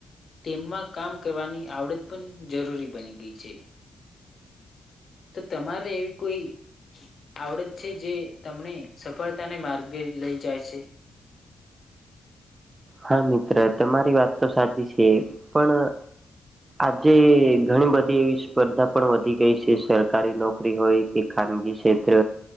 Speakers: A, on the left; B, on the right.
A: તેમાં કામ કરવાની આવડત પણ જરૂરી બની ગઈ છે, તો તમારે. <unintelligible> આવડત છે, જે તમને સફળતાને માર્ગે લઈ જાય છે.
B: હા મિત્ર તમારી વાત તો સાચી છે, પણ આજે ઘણી બધી એવી સ્પર્ધા પણ વધી ગઈ છે, સરકારી નોકરી હોય કે ખાનગી ક્ષેત્ર